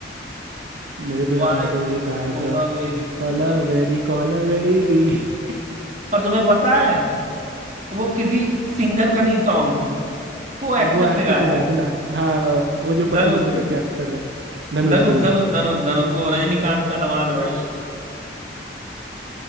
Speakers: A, on the right (about 60°); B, on the right (about 40°).
A: मेरे को याद
B: Why
A: है
B: this
A: वो गाया
B: कोला
A: था
B: वेरी कोला
A: कॉला
B: वेरी
A: वेरी कॉला
B: Kolaveri
A: वेरी
B: di
A: D <laughs>
B: और तुम्हें पता है वो किसी सिंगर का नहीं सॉन्ग है वो एक्टर
A: वो एक्टर
B: ने गाया
A: ने गाया
B: है
A: था ना हाँ वो जो पतले
B: धनुष
A: दुबले
B: ने
A: करके एक्टर है धनुष
B: धनुष
A: धनुष
B: धनुष धनुष धनुष वो रजनीकांत का दामाद है भाई